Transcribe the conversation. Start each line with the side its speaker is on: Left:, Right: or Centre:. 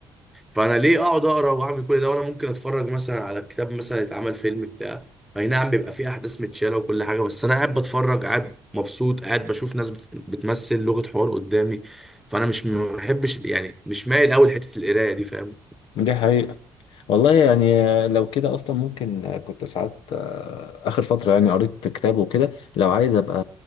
Centre: فانا ليه اقعد اقرا واعمل كل ده وانا ممكن اتفرج مثلا على كتاب مثلا يتعمل فيلم بتاع اي نعم بيبقى فيه احداث متشاله وكل حاجه بس انا قاعد بتفرج قاعد مبسوط قاعد بشوف ناس بت- بتمثل لغه حوار قدامي فانا مش ما بحبش يعني مش مايل قوي لحته القرايه دي فاهم
Left: دي حقيقه والله يعني لو كده اصلا ممكن آه، كنت ساعات آه، اخر فتره يعني قريت كتاب وكده لو عايز ابقى